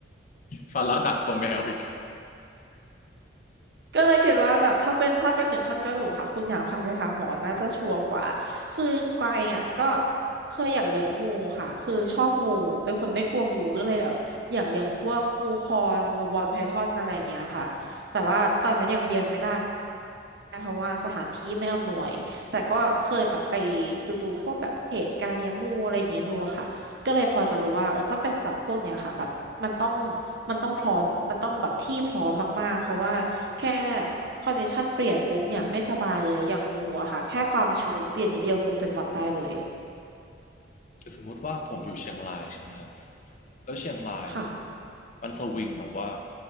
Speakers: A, on the left (about 40°); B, on the right (about 60°).
A: ภาระหนักกว่าแมวอีก
B: ก็เลยคิดว่าแบบถ้าเป็นถ้าเป็นถึงขั้นกระดูกค่ะคุณอยากพาไปหาหมอน่าจะชัวร์กว่าคือกวางเองอ่ะก็เคยอยากเลี้ยงงูค่ะคือชอบงูเป็นคนไม่กลัวงูก็เลยแบบอยากเลี้ยงพวกงูคอนงูบอลไพทอนอะไรอย่างเงี้ยค่ะแต่ว่าตอนนี้นยังเลี้ยงไม่ได้เพราะว่าสถานที่ไม่อำนวยแต่ก็เคยแบบไปดูดูพวกแบบเพจการเลี้ยงงูอะไรอย่างเงี้ยดูอะค่ะก็เลยพอจะรู้ว่าเออถ้าเป็นสัตว์พวกเนี้ยค่ะแบบมันต้องมันต้องพร้อมมันต้องแบบที่พร้อมมากๆเพราะว่า แค่คอนดิชันเปลี่ยนปุ๊บเนี่ยไม่สบายเลยอย่างงูอะค่ะแค่ความชื้นเปลี่ยนนิดเดียวงูเป็นหวัดได้เลย
A: สมมติว่าผมอยู่เชียงรายใช่ไหมครับ แล้วเชียงรายอ่ะ
B: ค่ะ
A: มันสวิงแบบว่า